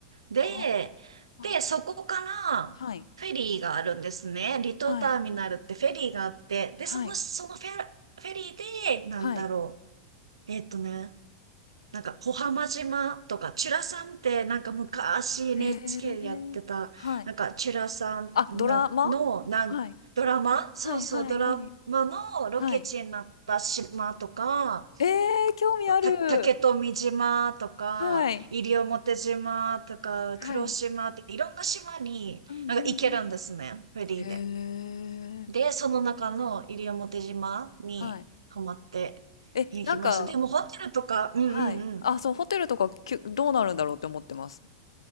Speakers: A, on the right; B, on the left.
A: で、
B: あ
A: で、
B: あ。
A: そこからフェリーがあるんですね。
B: はい。
A: 離島ターミナルってフェリーがあって、
B: はい。
A: で、
B: はい。
A: その、そのフェ、フェリーで、なんだろ
B: はい。
A: う。えっとね、なんか、小浜島とか、チュラさんって、なんか昔 NHK
B: へえ。
A: でやってた、
B: はい。
A: なんか、チュラさんなの、
B: あ、ドラマ
A: なん、
B: はい。
A: ドラマそうそう、
B: はいはいはい。
A: ドラマのロケ地になった島とか、
B: はい。ええ、興味ある。
A: た、竹富島とか、
B: はい。
A: 西表島とか、
B: はい。
A: 黒島って、いろんな島に、
B: うんうんうん。
A: なんか行けるんですね、フェリーで。
B: へえ。
A: で、その中の西表島にハマって行きました。
B: はい。え、なんか
A: でも、ホテルとか、うんうんうん。
B: はい。あ、そう、ホテルとか、きゅどうなるんだろうって思ってます。